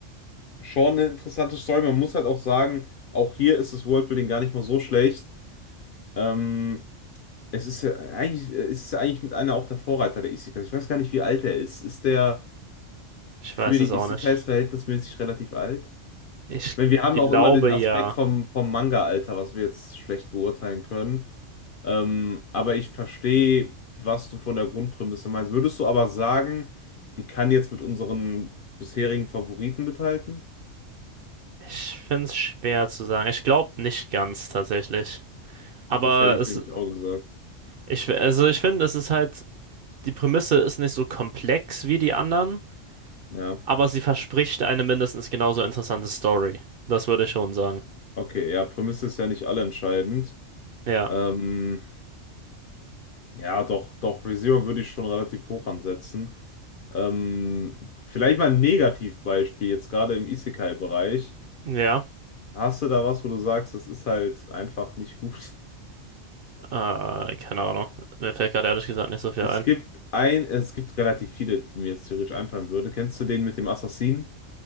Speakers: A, on the left; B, on the right.
A: schon eine interessante Story. Man muss halt auch sagen, auch hier ist das Worldbuilding gar nicht mal so schlecht. Ähm, es ist ja eigentlich, es ist ja eigentlich mit einer auch der Vorreiter der Isekais. Ich weiß gar nicht, wie alt er ist. Ist der.
B: ich
A: für
B: weiß
A: die
B: es auch
A: Isekais
B: nicht.
A: verhältnismäßig relativ alt.
B: Ich
A: Wenn wir haben
B: glaube
A: auch immer den Aspekt
B: ja.
A: vom, vom Manga-Alter, was wir jetzt schlecht beurteilen können. Ähm, aber ich verstehe, was du von der Grundprämisse meinst. Würdest du aber sagen, die kann jetzt mit unseren bisherigen Favoriten mithalten?
B: Ich finde es schwer zu sagen. Ich glaube nicht ganz tatsächlich.
A: Nee,
B: Aber
A: Das hätte ich
B: es,
A: nämlich auch gesagt.
B: ich, also ich finde, es ist halt, die Prämisse ist nicht so komplex wie die anderen,
A: Ja,
B: aber sie verspricht eine mindestens genauso interessante Story. Das würde ich schon sagen.
A: okay, ja, Prämisse ist ja nicht allentscheidend.
B: Ja,
A: Ähm, ja, doch, doch, ReZero würde ich schon relativ hoch ansetzen. Ähm, vielleicht mal ein Negativbeispiel, jetzt gerade im Isekai-Bereich.
B: ja.
A: Hast du da was, wo du sagst, das ist halt einfach nicht gut?
B: Äh, keine Ahnung. Mir fällt gerade ehrlich gesagt nicht so viel
A: Es
B: ein.
A: gibt ein, es gibt relativ viele, die mir jetzt theoretisch einfallen würde. Kennst du den mit dem Assassinen?